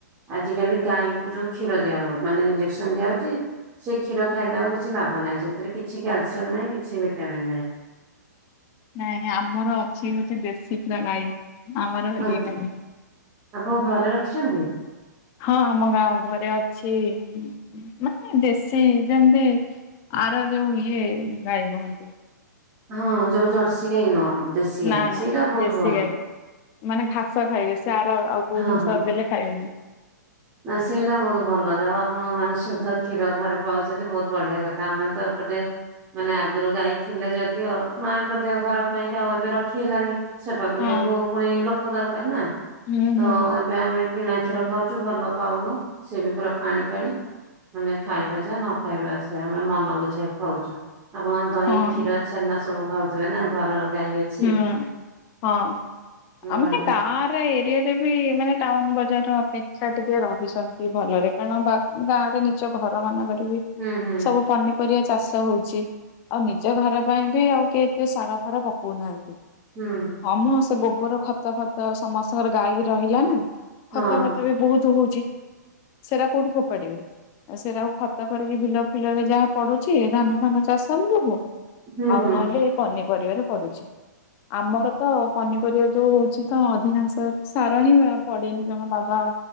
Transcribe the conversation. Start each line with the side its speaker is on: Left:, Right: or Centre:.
Right: ଆଜିିକାଲି ଗାଈଙ୍କୁ ଯୋଉ କ୍ଷୀର ଦିଆ ହଉ ମାନେ ଇଞ୍ଜେକ୍ସନ ଦିଆହଉଚି। ସେ କ୍ଷୀର ଖାଇଲେ ଆଉ କିଛି ଲାଭ ନାହିଁ। ସେଥିରେ କିଛି କ୍ୟାଲ ଟାମିନ ନାଇଁ କିଛି ଭିଟାମିନ୍ ନାଇଁ।
Left: ନାଇଁ ଆମର ଅଛି ହଉଚି ଦେଶୀ ପୁରା ଗାଈ। ଆମର
Right: ଆଉ
Left: ଇଏ ଗାଈ ନୁହେଁ।
Right: ଆପଣ ଘରେ ରଖିଚନ୍ତି।
Left: ହଁ ଆମ ଗାଁ ଘରେ ଅଛି ଉଁ। ମାନେ ଦେଶୀ ଯେମିତି ଆର ଯୋଉ ଇଏ ଗାଈ ମୁହଁନ୍ତି।
Right: ହଁ ଯୋଉ ଜର୍ସି ଗାଈ ନୁହଁ। ଦେଶୀ ଗାଈ
Left: ନା-ନା
Right: ସେଇଟା ବହୁତ
Left: ଦେଶୀ
Right: ଭଲ।
Left: ଗାଈ ମାନେ ଘାସ ଖାଇବେ। ସେ ଆର ଆଉ କୋଉ
Right: ହଁ
Left: ଜିନିଷ
Right: ହଁ
Left: ଦେଲେ ଖାଇବେନି।
Right: ନା ସେଇଗୁଡ଼ା ବହୁତ ଭଲ ଯାହା ଆପଣ ମାନେ ସୁଦ୍ଧ କ୍ଷୀର ଘରେ ପାଉଚନ୍ତି। ବହୁତ ବଢିଆ କଥା। ଆମେ ତ ଏପଟେ ମାନେ ଆଗରୁ ଗାଈ ଥିଲେ ଯଦିଓ ମାଙ୍କ ଦେହ ଖରାପ ପାଇଁ କା ଆଉ ଏବେ ରଖି ହେଲାନି। ସେବା କରିବାକୁ
Left: ହଁ
Right: ପୁଣି ଲୋକ ଦରକାର ନା।
Left: ହୁଁ ହୁଁ
Right: ତ ଏବେ ଆମେ କିଣା କ୍ଷୀର ଖାଉଚୁ ଭଲ ପାଉନୁ। ସେବି ପୁରା ପାଣି-ପାଣି। ମାନେ ଖାଇବା ଯା ନ ଖାଇବା ସେୟା ଆମର ମନ ବୁଝେଇବାକୁ ଖାଉଚୁ। ଆପଣ ଦହି
Left: ହଁ
Right: କ୍ଷୀର ଛେନା ସବୁ ଖାଉଥିବେ ନା? ଘରର ଗାଈ ଅଛି
Left: ହୁଁ ହଁ ଆମୋ
Right: ବଢିଆ।
Left: କେଁ ଗାଁରେ ଏରିଆ ଜେବି ମାନେ ଟାଉନ ବଜାର ଅପେକ୍ଷା ଟିକେ ରହିଛନ୍ତି ଭଲରେ। କାରଣ ବା ଗାଁ ରେ ନିଜ ଘର ମାନଙ୍କରେ ବି
Right: ହୁଁ ହୁଁ
Left: ସବୁ ପନିପରିବା ଚାଷ ହଉଚି। ଆଉ ନିଜ ଘର ପାଇଁ ବି ଆଉ କେତେ ସାରା ଘର ପକଉନାହାନ୍ତି।
Right: ହୁଁ।
Left: ହଁମ ସେ ଗୋବର ଖତ ଫତ ସମସ୍ତଙ୍କର ଗାଈ ରହିଲା ନା।
Right: ହଁ
Left: ଖତ ଫତ ବି ବହୁତ ହଉଚି। ସେରା କଉଠି ଫୋପାଡିବେ। ଆଉ ସେଇଟାକୁ ଖତ କରିକି ବିଲ ଫିଲରେ ଯାହା ପଡୁଛି ଧାନ ଫାନ ଚାଷ ଉବୁପୁ।
Right: ହୁଁ
Left: ଆଉ
Right: ହୁଁ
Left: ନହେଲେ ଏ ପନିପରିବାରେ ପଡୁଛି। ଆମର ତ ପନିପରିବା ଯୋଉ ହଉଚି ତ ଅଧିକାଂଶ ସାର ହିଁ ପଡ଼େନି ଜମା ବାବା।